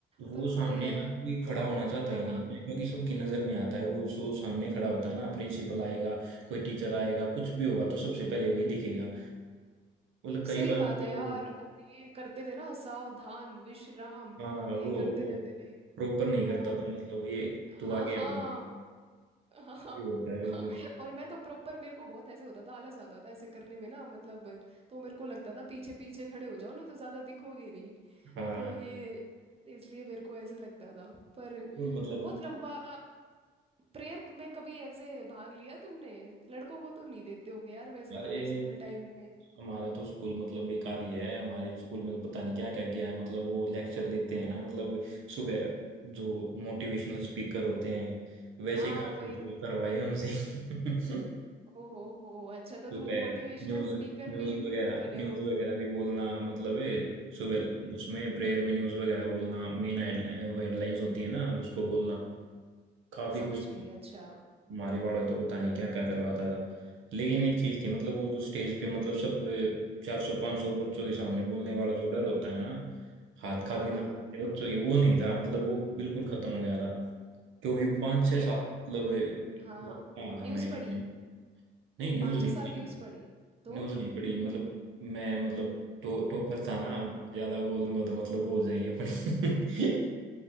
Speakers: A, on the right; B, on the right.
A: वो
B: पर वही
A: सामने
B: है
A: ना कोई खड़ा होना चाहता
B: हाँ
A: ही नहीं
B: हाँ
A: है क्योंकि सबकी नजर में आता है वो सो सामने खड़ा होता है ना प्रिंसिपल आएगा कोई टीचर आएगा कुछ भी होगा तो सबसे पहले वही दिखेगा मतलब
B: सही
A: कई बार
B: बात
A: मतलब
B: है यार
A: वो
B: और ये करते थे ना सावधान विश्राम
A: हाँ वो
B: ये करते
A: वो
B: रहते थे
A: प्रॉपर नहीं
B: तो
A: करता था मतलब ये
B: हाँ
A: तू आगे
B: हाँ
A: आ
B: <laughs> हाँ हाँ,
A: ये होता है बिल्कुल
B: और मैं तो प्रॉपर मेरे को बहुत ऐसे होता था आलस आता था ऐसे करने में ना मतलब तो मेरे को लगता था पीछे पीछे खड़े हो जाओ ना तो ज़्यादा दिखोगे नहीं
A: हाँ
B: तो ये इसलिए मेरे को ऐसे लगता था पर
A: वो मतलब
B: बहुत लंबा प्रेयर में कभी ऐसे भाग लिया तुमने लड़कों को तो नहीं देते होगे यार वैसे
A: अरे
B: कभी स्कूल टाइम में
A: हमारा तो स्कूल मतलब बेकार ही है हमारे स्कूल में तो पता नहीं क्या क्या किया है मतलब वो लेक्चर देते हैं ना मतलब सुबह जो मोटिवेशनल स्पीकर होते हैं वैसे
B: हाँ
A: काम
B: वही
A: भी
B: वही
A: करवाए हमसे <laughs>
B: ओ हो हो अच्छा तो
A: सुबह
B: तुम मोटिवेशनल
A: न्यूज
B: स्पीकर
A: न्यूज
B: भी
A: वगैरह
B: बने
A: न्यूज
B: हो
A: वगैरह भी बोलना मतलब ए, सुबह उसमें प्रेयर में न्यूज वगैरह बोलना मेन हेडलाइंस होती है ना उसको बोलना काफी
B: समझ
A: कुछ
B: गई अच्छा
A: मारी वाला तो पता नहीं क्या क्या करवाता था लेकिन एक चीज थी मतलब वो जो स्टेज पे मतलब सब चार सौ पांच सौ बच्चों के सामने बोलने वाला जो डर होता है ना हाथ कांपने
B: हाँ हाँ
A: लगते हैं बच्चों के वो नहीं था मतलब वो बिल्कुल खत्म हो गया था क्योंकि पांच
B: ये
A: छह साल मतलब
B: हाँ
A: वहाँ
B: हाँ
A: था
B: न्यूज़
A: मैं इसमें
B: पढ़ी
A: नहीं न्यूज
B: पाँच
A: नहीं
B: छह साल
A: पढ़ी
B: न्यूज़ पढ़ी तो
A: न्यूज नहीं पढ़ी मतलब मैं मतलब टो, टॉपर था ना ज्यादा बोलूंगा तो मतलब वो हो जाएगी अपनी <laughs>